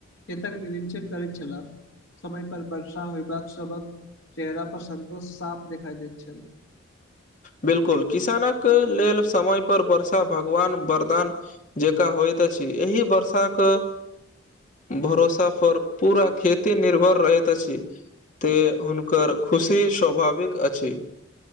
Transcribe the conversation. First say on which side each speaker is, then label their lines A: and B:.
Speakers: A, on the left (about 70°); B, on the left (about 40°).
A: खेतक निरक्षक करैत छलह। समय पर वर्षा होयबाक सबक चेहरा पर सन्तोष साफ देखाइ दैत छल।
B: बिल्कुल किसानक लेल समय पर वर्षा भगवान वरदान जेकरा होइत अछि एहि वर्षाक भरोसा पर पूरा खेती निर्भर रहैत अछि। ते हुनकर खुशी स्वभाविक अछि।